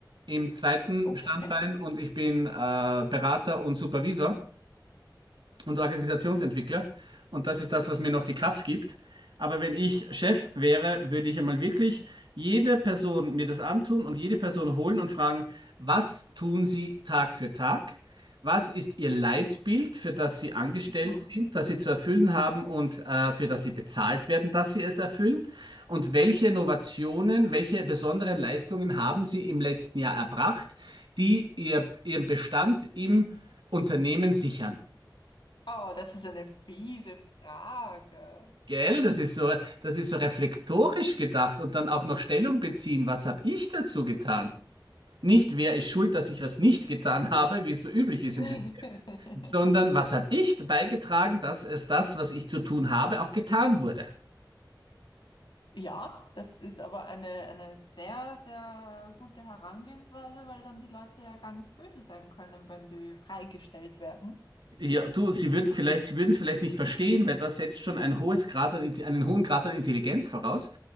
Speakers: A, on the right; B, on the left.
A: im zweiten
B: Okay.
A: Standbein und ich bin äh, Berater und Supervisor und Organisationsentwickler. Und das ist das, was mir noch die Kraft gibt. Aber wenn ich Chef wäre, würde ich einmal wirklich jede Person mir das antun und jede Person holen und fragen, was tun Sie Tag für Tag? Was ist Ihr Leitbild, für das Sie angestellt
B: Mhm.
A: sind, das Sie zu erfüllen haben und äh, für das Sie bezahlt werden, dass Sie es erfüllen? Und welche Innovationen, welche besonderen Leistungen haben Sie im letzten Jahr erbracht, die Ihr, Ihren Bestand im Unternehmen sichern?
B: Oh, das ist eine fiese Frage.
A: Gell, das ist so, das ist so reflektorisch gedacht und dann auch noch Stellung beziehen. Was habe ich dazu getan? Nicht, wer ist schuld, dass ich was nicht getan habe, wie es so üblich ist
B: <laughs>
A: im System, sondern was habe ich beigetragen, dass es das, was ich zu tun habe, auch getan wurde?
B: Ja, das ist aber eine, eine sehr, sehr gute Herangehensweise, weil dann die Leute ja gar nicht böse sein können, wenn sie freigestellt werden.
A: Ja, du, sie würden vielleicht, sie würden es vielleicht nicht verstehen, weil das setzt schon ein hohes Grad an, Inte- einen hohen Grad an Intelligenz voraus.